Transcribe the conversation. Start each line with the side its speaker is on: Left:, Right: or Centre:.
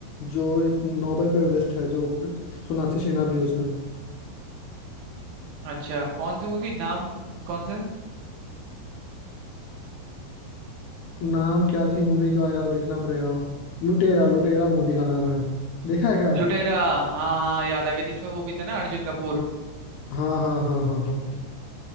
Left: जो एक नोबेल पे वेस्ट है जो प्र- सोनाक्षी सिन्हा भी है उसमें
Right: अच्छा कौन सी मूवी नाम कौन सा
Left: नाम क्या थी मूवी का यार देखना पड़ेगा लुटेरा लुटेरा मूवी का नाम है देखा है क्या
Right: लुटेरा हाँ हाँ याद आ गया जिसमें वो भी था ना अर्जुन कपूर
Left: हाँ हाँ हाँ हाँ हाँ